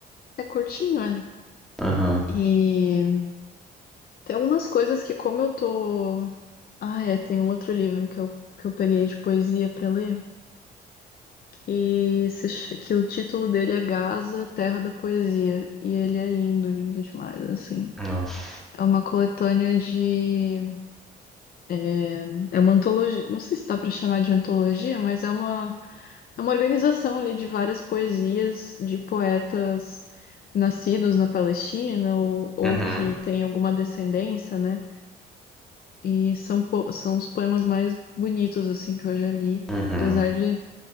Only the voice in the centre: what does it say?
Aham.
Nossa.
Uhum.
Uhum.